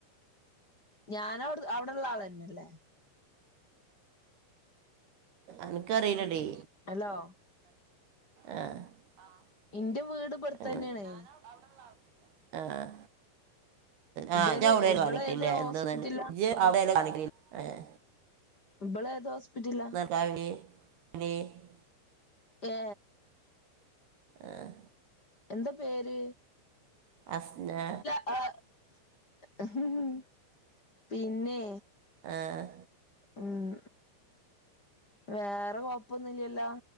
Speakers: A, on the left; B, on the right.
A: ഞാനവട് അവടെള്ള ആളന്നെല്ലേ.
B: അൻക്കറിലടീ
A: ഹലോ
B: ആഹ് <unintelligible>
A: ഇന്റെ വീട് ഇബടത്തന്നെയാണ്
B: അവടള്ള ആളും ആഹ് ആഹ്
A: ഇബര്
B: ഇജ് അഔടെ
A: ഇബള്
B: കാണിക്ക്ല്ലേ
A: ഏത്
B: <unintelligible>
A: ഹോസ്പിറ്റലാ
B: ഏഹ്
A: ഇബള് ഏത് ഹോസ്പിറ്റലാ?
B: ചായ കുടി <unintelligible>
A: പേ
B: ആഹ്
A: എന്താ പേര്?
B: അസ്നാ
A: ആഹ് പിന്നെ
B: ആഹ്
A: ഉം വേറെ കൊഴപ്പൊന്നില്ല്യല്ലോ?